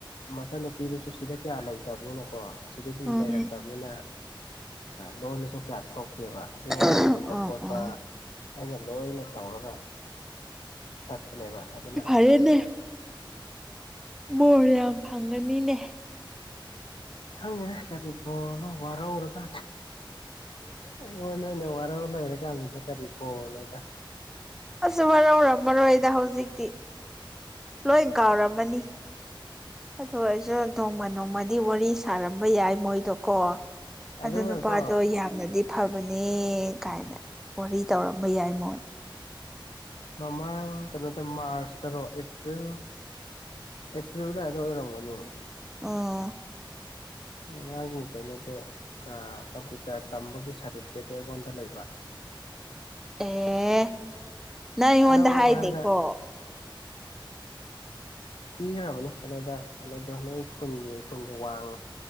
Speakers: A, on the left; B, in the centre.
A: ꯃꯆꯟꯅꯨꯄꯤꯗꯨꯁꯨ ꯁꯤꯗ ꯀꯌꯥ ꯂꯩꯇꯕꯅꯤꯅꯀꯣ ꯁꯤꯗꯒꯤ
B: ꯎꯝ ꯎꯝ
A: ꯂꯩꯔꯛꯇꯕꯅꯤꯅ ꯂꯣꯟꯗꯁꯨ ꯀꯌꯥ ꯊꯣꯛ ꯅꯠꯇꯦꯕ ꯑꯗꯨꯒꯨꯝꯕ
B: ꯎꯝ
A: ꯌꯦꯡꯕ ꯈꯣꯠꯄ
B: ꯎꯝ
A: ꯑꯩꯅ ꯂꯣꯏꯅ ꯇꯧꯔꯒ ꯆꯠꯄꯅꯦꯕ ꯑꯗꯨꯅ
B: ꯑꯗꯨꯅꯦ ꯃꯣꯔ ꯌꯥꯝ ꯐꯪꯉꯅꯤꯅꯦ
A: ꯈꯪꯗꯦꯅ ꯀꯒꯥꯔꯤ ꯕꯣꯅꯣ ꯋꯥꯔꯧꯔꯒ ꯑꯣ ꯅꯣꯏꯅ ꯋꯥꯔ ꯂꯩꯔ ꯀꯥꯟꯗ ꯀꯔꯤ ꯄꯣꯅꯗ
B: ꯑꯁ ꯋꯥꯔꯧꯔꯝꯃꯔꯣꯏꯗ ꯍꯧꯖꯤꯛꯇꯤ ꯂꯣꯏ ꯀꯥꯎꯔꯝꯃꯅꯤ ꯑꯗꯨꯗ ꯑꯩꯁꯨ ꯅꯣꯡꯃ ꯅꯣꯡꯃꯗꯤ ꯋꯥꯔꯤ ꯁꯥꯔꯝꯕ ꯌꯥꯏ ꯃꯣꯏꯗꯣ ꯀꯣ
A: ꯑꯗꯨꯒꯀꯣ
B: ꯑ ꯅꯨꯄꯥꯗꯣ ꯌꯥꯝꯅꯗꯤ ꯐꯕꯅꯦ ꯀꯥꯏꯅ ꯋꯥꯔꯤ ꯇꯧꯔꯝꯕ ꯌꯥꯏ ꯃꯣꯏ
A: ꯃꯃꯥꯡ ꯀꯩꯅꯣꯗ ꯃꯥꯔꯁꯇꯔꯣ ꯑꯦꯄ꯭ꯔꯤꯜ ꯑꯦꯄ꯭ꯔꯤꯜ ꯑꯗꯨꯋꯥꯏꯗ ꯑꯣꯏꯔꯝꯒꯅꯤ
B: ꯎꯝ
A: ꯑꯉꯥꯡꯁꯤꯡꯒꯤ ꯀꯩꯅꯣꯗꯣ ꯀꯝꯄ꯭ꯌꯨꯇꯔ ꯇꯝꯕꯒꯤ ꯁꯥꯔꯇꯤꯐꯤꯀꯦꯠꯇꯣ ꯑꯩꯉꯣꯟꯗ ꯂꯩꯕ
B: ꯑꯦ ꯅꯪ ꯑꯩꯉꯣꯟꯗ
A: ꯊꯥꯔꯛꯑꯣ
B: ꯍꯥꯏꯗꯦꯀꯣ
A: ꯍꯥꯏꯅ ꯄꯤꯈ꯭ꯔꯕꯅꯤ ꯀꯩꯅꯣꯗ ꯀꯩꯅꯣꯗ ꯅꯣꯏ ꯈꯨꯟꯒꯤ ꯈꯨꯟꯒꯤ ꯋꯥꯡ